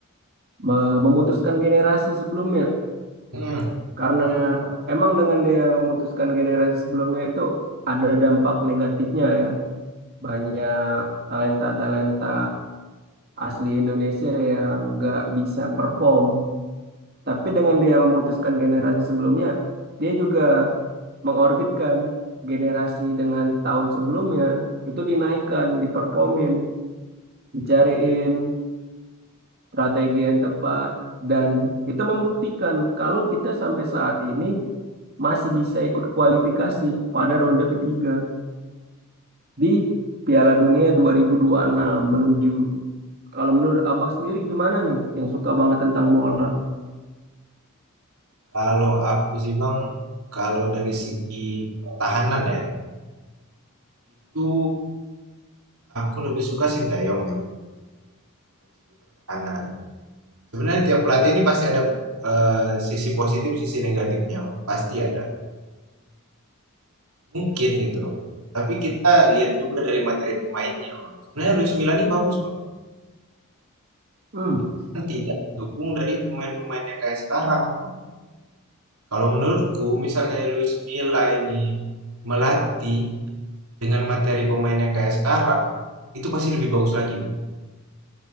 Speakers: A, on the right; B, on the right.
A: me- memutuskan generasi sebelumnya.
B: Mhm.
A: Karena emang dengan dia memutuskan generasi sebelumnya itu ada dampak negatifnya ya. Banyak talenta-talenta asli Indonesia yang nggak bisa perform. Tapi dengan dia memutuskan generasi sebelumnya, dia juga mengorbitkan generasi dengan tahun sebelumnya, itu dinaikkan, diperformin, dicariin strategi yang tepat. Dan itu membuktikan kalau kita sampai saat ini masih bisa ikut kualifikasi pada ronde ketiga di Piala Dunia 2026 menuju. Kalau menurut Abang sendiri gimana nih yang suka banget tentang bola?
B: Kalau aku sih Bang, kalau dari segi pertahanan ya, itu aku lebih suka Sintayong memang dari segi pertahanan. Sebenarnya tiap pelatih ini pasti ada eh, sisi positif, sisi negatifnya, Bang. Pasti ada. Mungkin gitu. Tapi kita lihat juga dari materi pemainnya, Bang. Sebenarnya Luis Milla ini bagus, Bang.
A: Hmm,
B: Cuman tidak didukung dari pemain-pemain yang kayak sekarang, Bang. Kalau menurutku, misalnya Luis Milla ini melatih dengan materi pemain yang kayak sekarang itu pasti lebih bagus lagi